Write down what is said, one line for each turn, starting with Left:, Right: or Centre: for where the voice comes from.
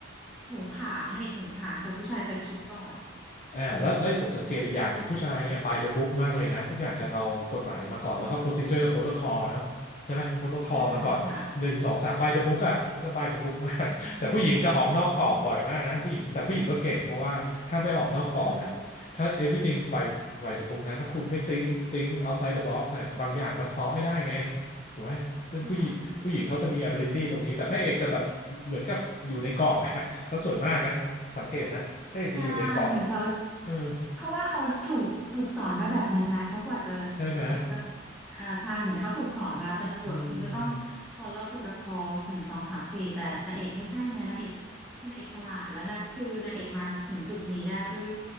Centre: ผงผางนางเอกผงผางแต่ผู้ชายจะคิดก่อน
Left: อ่าแล้วแล้วผมสังเกตอีกอย่างหนึ่งผู้ชายเนี่ย
Centre: อืมใช่ค่ะ
Left: by the book มากเลยนะทุกอย่างจะเอากฎหมายมาก่อนแล้วก็ procedure protocol เนอะใช่ไหม protocol
Centre: ใช่ค่ะ
Left: มาก่อนหนึ่งสองสาม by the book อ่ะเขาจะ by the book มาก
Centre: ใช่
Left: <laughs> แต่ผู้หญิงจะออกนอกกรอบบ่อยมากนะผู้หญิงแต่ผู้หญิงก็เก่งเพราะว่าถ้าไม่ออกนอกกรอบเนี่ยถ้า
Centre: ใช่
Left: everything's by by the book นะถ้าคุณไม่ think think outside the box เนี่ยบางอย่างมันซอฟไม่ได้ไงถูกไหมซึ่งผู้หญิงผู้หญิงเขาจะมี
Centre: ค่ะ
Left: ability ตรงนี้แต่พระเอกจะแบบเหมือนกับอยู่ในกรอบอะ <laughs> ซะส่วนมากนะสังเกตนะพระเอกจะอยู่ในกรอบอะ
Centre: ใช่เหมือนเขา
Left: เออ
Centre: เพราะว่าเขาถูกถูกสอนมาแบบนั้นไหมเพราะกว่าจะ
Left: ใช่ไหม
Centre: อ่ะก็อ่าใช่เหมือนเขาถูกสอนมาเป็นตำรวจคุณก็ต้อง
Left: อืม
Centre: follow protocols หนึ่งสองสามสี่แต่นางเอกไม่ใช่ไงนางเอกคือนางเอกฉลาดแล้วนะคือนางเอกมาถึงจุดนี้ได้ด้วย